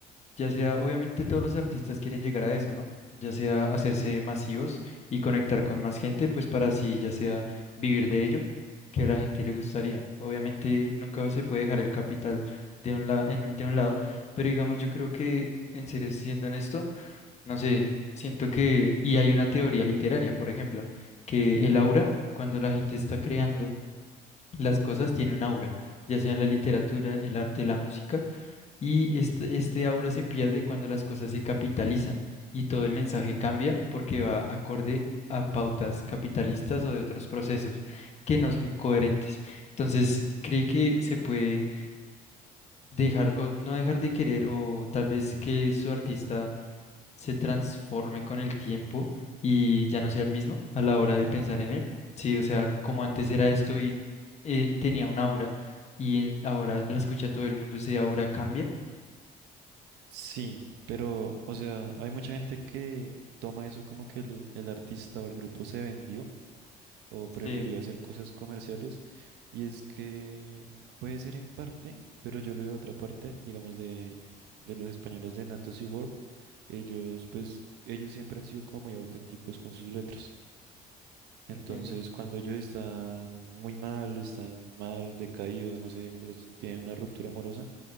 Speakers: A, on the left (about 40°); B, on the right (about 80°).
A: ya sea, obviamente todos los artistas quieren llegar a eso, ¿no? Ya sea hacerse masivos y conectar con más gente, pues para así, ya sea vivir de ello, que a la gente le gustaría. Obviamente nunca se puede dejar el capital de un la- en un- de un lado, pero digamos, yo creo que, en serio, siendo honesto, no sé, siento que, y hay una teoría literaria, por ejemplo, que el aura, cuando la gente está creando las cosas, tiene un aura, ya sea en la literatura, el arte, la música, y este, este aura se pierde cuando las cosas se capitalizan y todo el mensaje cambia porque va acorde a pautas capitalistas o de otros procesos que no son coherentes. Entonces, cree que se puede dejar o no dejar de querer o tal vez que su artista se transforme con el tiempo y ya no sea el mismo a la hora de pensar en él. Sí, o sea, como antes era esto y eh, tenía un aura y en- ahora la escucha todo el mundo, ese aura cambia.
B: Sí, pero, o sea, hay mucha gente que toma eso como que el, el artista o el grupo se vendió o prefirió
A: Sí,
B: hacer cosas comerciales y es que puede ser en parte, pero yo leo otra parte, digamos, de, de los españoles de Natos y Word. Ellos, pues, ellos siempre han sido como muy auténticos con sus letras. Entonces,
A: entiendo.
B: cuando ellos están muy mal, están mal, decaídos, no sé, los- tienen una ruptura amorosa